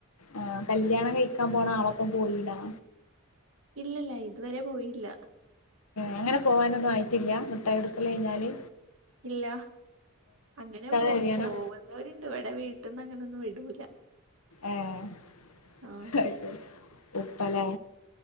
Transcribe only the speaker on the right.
ഇല്ലല്ല ഇതുവരെ പോയില്ല
ഇല്ല അങ്ങനെ പോ
പോവുന്നവര്ണ്ട് വെടെ വീട് ട്ട്ന്ന് അങ്ങനൊന്നും വിടൂല
ആഹ്